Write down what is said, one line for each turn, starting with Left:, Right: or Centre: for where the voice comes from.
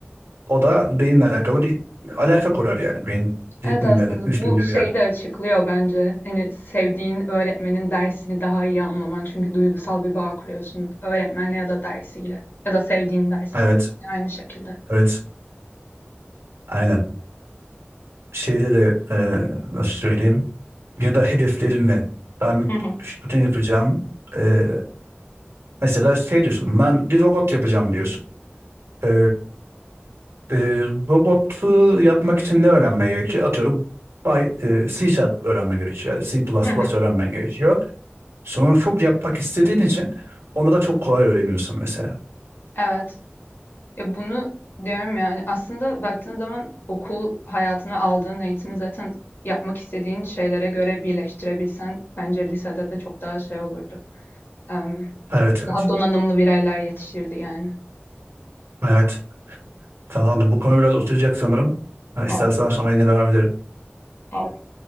Right: O da beyinle alakalı bir alaka kurar yani. Beyin
Left: Evet
Right: ritminle
Left: aslında
Right: de, üstünle
Left: bu şeyi
Right: bir yerde.
Left: de açıklıyor bence. Hani sevdiğin öğretmenin dersini daha iyi anlaman. Çünkü duygusal bir bağ kuruyorsun öğretmenle ya da dersiyle ya da sevdiğin ders.
Right: Evet,
Left: Aynı şekilde.
Right: evet. Aynen. Şeyde de e, nasıl söyleyeyim ya da hedeflerinle ben
Left: Hı hı.
Right: şunu yapacağım. E, mesela şey diyorsun ben bir robot yapacağım diyorsun. E, e, robotu yapmak için ne öğrenmen gerekiyor? Atıyorum Py- e, C Sharp öğrenmen gerekiyor. C++
Left: Hı hı.
Right: öğrenmen gerekiyor. Sonra çok yapmak istediğin için onu da çok kolay öğreniyorsun mesela.
Left: Evet. Ya, bunu diyorum yani aslında baktığın zaman okul hayatını aldığın eğitimi zaten yapmak istediğin şeylere göre birleştirebilsen bence lisede de çok daha şey olurdu. Em,
Right: Evet, evet.
Left: daha donanımlı bireyler yetişirdi yani.
Right: Evet. Tamamdır. Bu konu biraz uzayacak sanırım. Ha,
Left: Evet,
Right: istersen sonra yine devam edelim.
Left: evet.